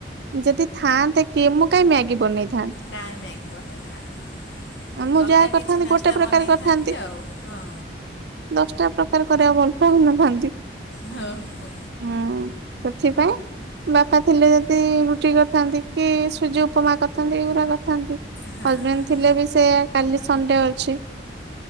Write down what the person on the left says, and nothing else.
କାଇଁ ମ୍ୟାଗି ବନେଇଥାନ୍ତି।
ଅଲ୍
ଗା
କିଛି ନାସ୍ତା
ବନେଇଥାନ୍ତି
ଆଉ ହଁ।
ହୋ ଓ ହୋ।
ହଁ
ହଁ